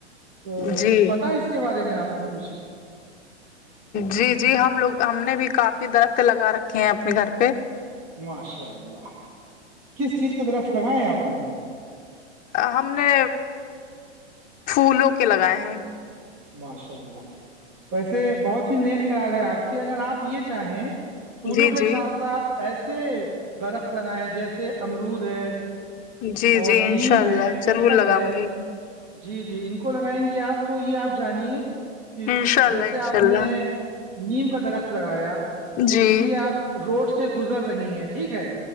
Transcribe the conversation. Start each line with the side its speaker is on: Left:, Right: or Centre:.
Right: تو
Left: جی
Right: کچھ پتا ہے اس کے بارے میں آپ نے کچھ
Left: جی جی ہم لوگ ہم نے بھی کافی درخت لگا رکھے ہیں اپنے گھر پہ
Right: ماشاء اللہ کس چیز کے درخت لگائے ہیں آپ نے
Left: ہم نے پھولوں کے لگائے ہیں
Right: ماشاء اللہ ویسے بہت ہی نیک خیال ہے آپ کے اگر آپ یہ چاہیں پھولوں
Left: جی
Right: کے
Left: جی
Right: ساتھ ساتھ ایسے درخت لگائے جیسے امرود ہے
Left: جی
Right: اور
Left: جی
Right: نیم
Left: انشاء اللہ
Right: ہے پیپل
Left: ضرور لگاؤں
Right: ہے
Left: گی
Right: جی جی ان کو لگائیں گے آپ تو یہ آپ جانیے کہ
Left: انشاء اللہ
Right: جیسے
Left: انشاء
Right: آپ
Left: اللہ
Right: نے نیم کا درخت لگایا تو
Left: جی
Right: کسی آپ روڈ سے گزر رہی ہیں ٹھیک ہے